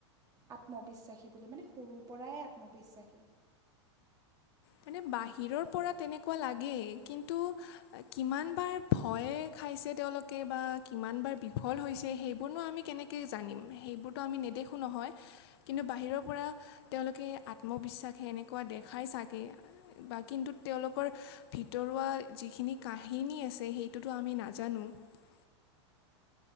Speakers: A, on the right; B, on the left.
A: আত্মবিশ্বাসী বুলি মানে সৰুৰ পৰাই আত্মবিশ্বাসী।
B: মানে বাহিৰৰ পৰা তেনেকুৱা লাগেই কিন্তু কিমান বাৰ ভয় খা খাইছে তেওলোকে বা কিমান বাৰ বিফল হৈছে সেইবোৰ ন আমি কেনেকে জানিম সেইবোৰতো আমি নেদেখো। একো নহয় কিন্তু বাহিৰৰ পৰা তেওঁলোকে আত্মবিশ্বাসী এনেকুৱা দেখাই চাগে। বা কিন্তু তেওঁলোকৰ ভিতৰুৱা যিখিনি কাহিনী আছে সেইটোতো আমি নাজানো। নাজানো।
A: <inaudible>